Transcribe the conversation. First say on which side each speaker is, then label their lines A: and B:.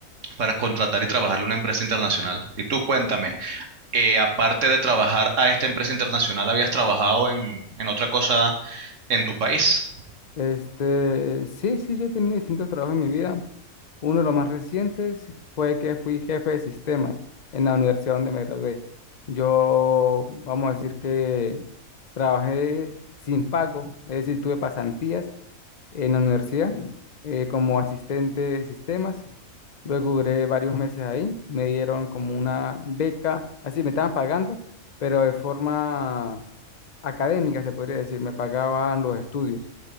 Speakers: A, on the right; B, on the left.
A: para contratar y trabajarle a una empresa internacional. Y tú cuéntame, eh, aparte de trabajar a esta empresa internacional, ¿habías trabajado en, en otra cosa en tu país?
B: Este, sí, sí, yo he tenido distintos trabajos en mi vida. Uno de los más recientes fue que fui jefe de sistemas en la universidad donde me gradué. Yo, vamos a decir que trabajé sin pago, es decir, tuve pasantías en la universidad eh, como asistente de sistemas. Luego duré varios meses ahí, me dieron como una beca, así me estaban pagando, pero de forma académica, se podría decir, me pagaban los estudios.